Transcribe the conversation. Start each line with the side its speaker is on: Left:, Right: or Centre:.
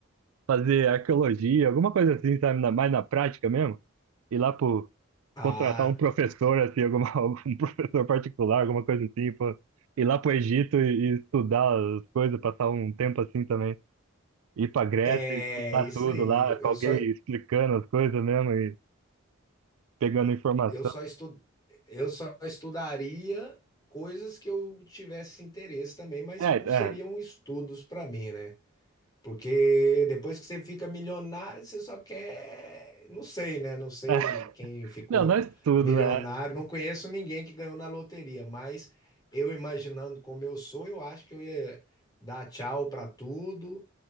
Right: fazer arqueologia, alguma coisa assim, sabe? na- Mais na prática mesmo. Ir lá pro,
Left: Ah,
Right: contratar um professor, assim, alguma, <laughs> um professor particular, alguma coisa assim, pô. Ir lá pro Egito e, e estudar as coisas, passar um tempo assim também. Ir pra Grécia
Left: é
Right: e estudar
Left: isso
Right: tudo
Left: aí.
Right: lá, com
Left: Eu
Right: alguém
Left: só
Right: explicando as coisas mesmo e pegando informação.
Left: eu só estu, eu só estudaria coisas que eu tivesse interesse também, mas
Right: É,
Left: que não seriam
Right: é.
Left: estudos para mim, né? Porque depois que você fica milionário, você só quer. Não sei, né? Não
Right: <laughs>
Left: sei
Right: é.
Left: quem ficou
Right: Não, não é tudo,
Left: milionário.
Right: né?
Left: Não conheço ninguém que ganhou na loteria, mas eu imaginando como eu sou, eu acho que eu ia dar tchau para tudo,